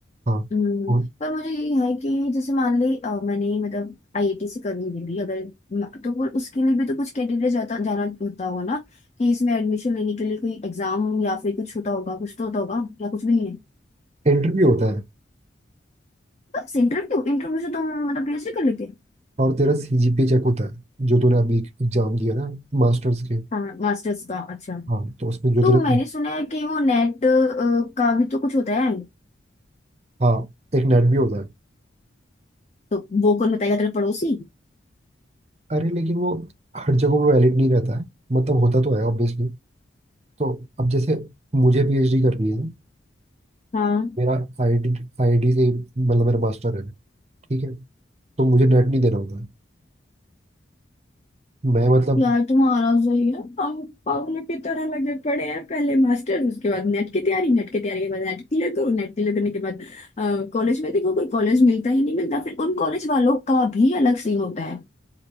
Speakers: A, on the right; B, on the left.
A: हाँ
B: हम्म,
A: और
B: पर मुझे ये है कि जैसे मान ली अ, मैंने मतलब आईआईटी से कर ली भी अगर न- तो फिर उसके लिए भी तो कुछ कैटेगरी जाता जाना होता होगा ना कि इसमें एडमिशन लेने के लिए कोई एग्जाम या फिर कुछ होता होगा कुछ तो होता होगा या कुछ भी नहीं है
A: इंटरव्यू होता है
B: बस इंटरव्यू इंटरव्यू से तुम मतलब पीएचडी कर लेते
A: और तेरा सीजीपीए चेक होता है जो तूने अभी एग्जाम दिया ना मास्टर्स के
B: हाँ मास्टर्स का अच्छा
A: हाँ तो उसमें जो
B: तो
A: तेरा
B: मैंने सुना है कि वो नेट का भी तो कुछ होता है
A: हाँ एक नेट भी होता है
B: तो वो कौन बताएगा तेरे पड़ोसी
A: अरे लेकिन वो हर जगह पे वैलिड नहीं रहता है मतलब होता तो है ऑब्वियसली तो अब जैसे मुझे पीएचडी करनी है
B: हाँ
A: मेरा आईआईटी आईआईटी से मतलब मेरा मास्टर है ठीक है तो मुझे नेट नहीं देना होता है मैं मतलब
B: यार तुम्हारा सही है हम पागलों की तरह लगे पड़े हैं पहले मास्टर्स उसके बाद नेट की तैयारी नेट की तैयारी के बाद नेट क्लियर करो नेट क्लियर करने के बाद कॉलेज में देखो कोई कॉलेज मिलता ही नहीं मिलता फिर उन कॉलेज वालों का भी अलग सीन होता है